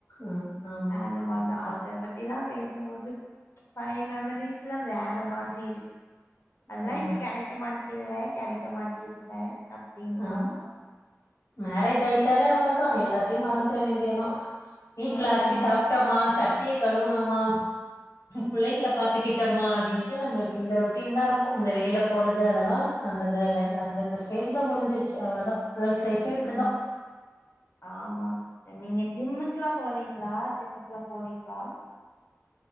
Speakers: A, on the left; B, on the left.
A: ம் ஆமா
B: அந்த மாதிரிதா
A: கண்டிப்பா
B: அத பத்திலா பேசும்போது பழைய மெமரிஸ் எல்லா வேற மாரி அதெல்லாம
A: ஆ
B: இப்ப கிடைக்க மாட்டிக்கிதுல கிடைக்க மாட்டிக்கிதுல அப்படின்
A: ஆ
B: தோணு
A: மேரேஜ் ஆயிட்டாலே அவ்வளவுதா எல்லாத்தையு மறந்துட வேண்டியதுதா வீட்டுல
B: ம்
A: ஆக்கி சாப்ட்டோமா சட்டிய கழுவுணமா புள்ளைங்கள பாத்துக்கிட்டு திட்டமா அப்படின்ட்டு நம்மளுக்கு இந்த ரொட்டீன் தா இருக்கும் அந்த வெளில போறது அதெல்லா அந்தந்த அந்தந்த ஸ்டேஜ்ல முடிஞ்சிருச்சு அவ்வளவுதா கேர்ள்ஸ் லைஃபே இப்படிதா
B: ம் ஆமா சிஸ்டர் நீங்க ஜிம்முக்குல்லா போவீங்களா ஜிம்முக்கு எல்லா போறீங்களா